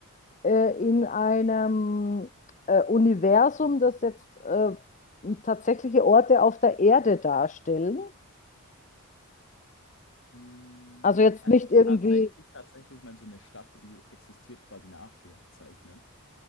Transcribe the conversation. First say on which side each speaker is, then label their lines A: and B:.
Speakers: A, on the left; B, on the left.
A: äh, in einem äh, Universum, das jetzt äh, tatsächliche Orte auf der Erde darstellen.
B: Hm,
A: Also jetzt
B: also
A: nicht irgendwie,
B: tatsächlich, tatsächlich mal so eine Stadt, die existiert, quasi nachgezeichnet.